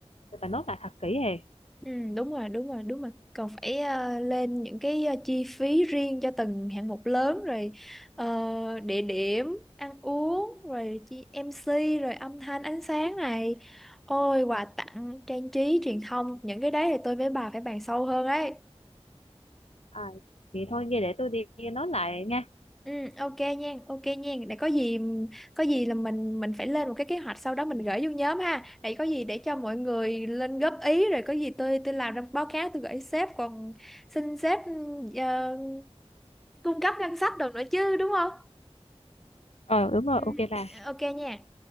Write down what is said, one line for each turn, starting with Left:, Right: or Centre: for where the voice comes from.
Left: tôi phải nốt lại thật kỹ hề
Centre: Ừ, đúng rồi, đúng rồi, đúng rồi. Còn phải ờ, lên những cái ờ, chi phí riêng cho từng hạng mục lớn rồi ờ, địa điểm, ăn uống, rồi chi em MC, rồi âm thanh, ánh sáng này. Ôi, quà tặng, trang trí, truyền thông, những cái đấy thì tôi với bà phải bàn sâu hơn ấy.
Left: à, vậy thôi nghe để tôi đi nốt lại nha
Centre: Ừ, ok nha, ok nha. Để có gì có gì là mình mình phải lên một cái kế hoạch sau đó mình gửi vô nhóm ha. Để có gì để cho mọi người lên góp ý rồi có gì tôi tôi làm ra báo cáo tôi gửi sếp còn xin sếp uh, cung cấp ngân sách được nữa chứ đúng không
Left: ờ đúng rồi
Centre: ừ.
Left: ok bà
Centre: ok nha